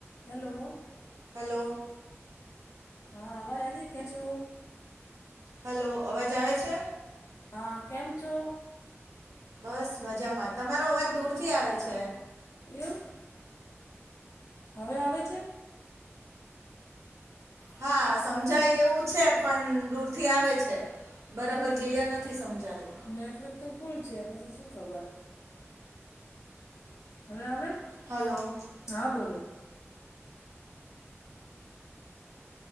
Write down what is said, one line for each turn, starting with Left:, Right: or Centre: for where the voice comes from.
Left: Hello!
Right: Hello!
Left: હા અવાજ આવી કેયા છો?
Right: હલો અવાજ આવે છે?
Left: હા કેમ છો?
Right: બસ મજામાં તમારો અવાજ દૂરથી આવે છે?
Left: એવું? હવે આવે છે?
Right: હા સમજાય એવું છે, પણ દૂરથી આવે છે. બરાબર
Left: એવું
Right: ક્લિયર
Left: ને
Right: નથી સમજાતું.
Left: નેટવર્ક તો ફૂલ છે આ પાસે શું ખબર? હવે આવે છે?
Right: હલો, !
Left: હા બોલો?